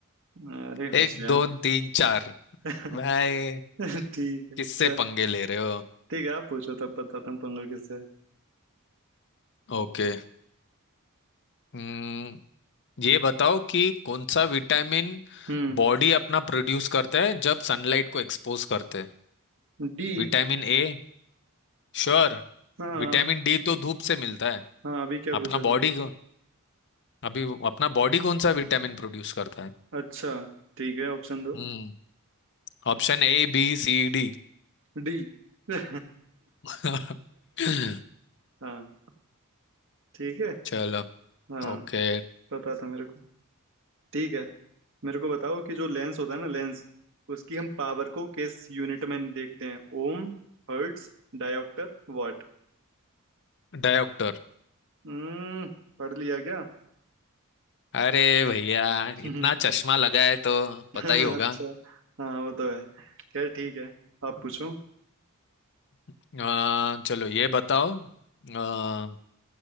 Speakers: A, on the right; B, on the left.
A: अरे होशियार
B: एक दो तीन चार
A: <laughs>
B: भाई
A: <laughs> ठीक है
B: किससे
A: चल
B: पंगे ले रहे हो
A: ठीक है आप पूछो तब बताता हूँ पंगा किससे है।
B: ओके हम्म ये बताओ कि कौन सा विटामिन
A: हम्म
B: बॉडी अपना प्रोड्यूस करता है जब सनलाइट को एक्सपोज करते हैं
A: डी
B: Vitamin A Sure
A: हाँ
B: Vitamin D तो धूप से मिलता है
A: हाँ अभी क्या पूछा
B: अपना
A: तू
B: बॉडी को अभी वो- अपना बॉडी कौन सा विटामिन प्रोड्यूस करता है
A: अच्छा ठीक है ऑप्शन दो
B: Hmm Option A B C D
A: डी <laughs>
B: <laughs>
A: हाँ ठीक है
B: चलो
A: हाँ
B: ओके
A: पता था मेरे को ठीक है मेरे को बताओ कि जो लेंस होता है ना लेंस उसकी हम पावर को किस यूनिट में देखते हैं Ohm hertz dioptre watt
B: डायोक्टर
A: हम्म पढ़ लिया क्या
B: अरे भैया
A: <laughs>
B: इतना चश्मा लगा है तो
A: अच्छा
B: पता ही होगा
A: हाँ वो तो है खैर ठीक है आप पूछो
B: अ, चलो ये बताओ अ,